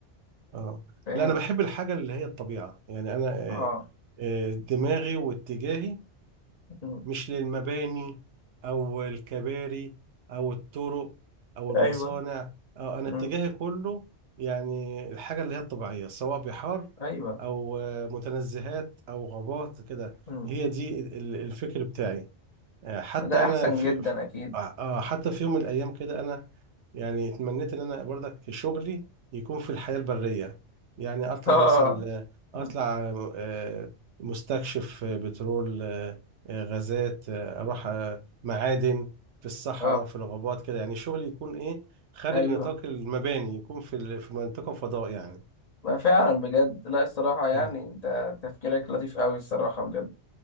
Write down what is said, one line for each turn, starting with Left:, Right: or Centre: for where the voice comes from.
Right: اه
Left: فاهم؟
Right: لا انا بحب الحاجة اللي هي الطبيعة يعني انا آه،
Left: اه
Right: آه، دماغي واتجاهي
Left: مم.
Right: مش للمباني أو الكباري أو الطرق أو المصانع
Left: ايوه
Right: أو أنا
Left: مم.
Right: اتجاهي كله يعني الحاجة اللي هي الطبيعية سواء بحار
Left: ايوه
Right: أو آه، متنزهات أو غابات كده
Left: مم.
Right: هي دي ال- ال- الفكر بتاعي آه، حتى
Left: ما ده أحسن
Right: انا في
Left: جدا
Right: في-
Left: أكيد
Right: آه، آه، حتى في يوم من الايام كده انا يعني اتمنيت ان انا برضك شغلي يكون في الحياة البرية يعني اطلع
Left: <laughs> اه
Right: مثلا اطلع
Left: مم.
Right: آه، مستكشف بترول آه، آه، غازات آه، اروح آه، معادن في الصحراء
Left: اه
Right: في الغابات كده يعني شغلي يكون ايه خارج
Left: ايوه
Right: نطاق المباني يكون في ال- في منطقة فضاء يعني
Left: ما فعلا بجد لا الصراحة يعني
Right: اه
Left: انت تفكيرك لطيف قوي الصراحة بجد